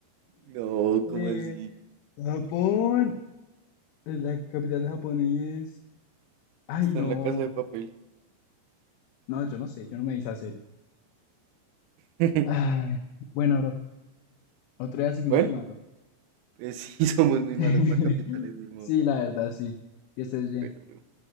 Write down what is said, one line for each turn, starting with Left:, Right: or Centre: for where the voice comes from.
Right: No,
Left: Eh,
Right: ¿cómo así?
Left: Japón. La capital de Japón es. Ay,
Right: Está
Left: no.
Right: en la casa de papel.
Left: No, yo no sé, yo no me hice serie.
Right: <laughs>
Left: Ay, bueno, bro, otro día seguimos
Right: Bueno,
Left: jugando.
Right: pues sí, <laughs> somos muy
Left: <laughs>
Right: malos para capitales, de modo.
Left: Sí, la verdad, sí. Que estés bien.
Right: Bueno, bro,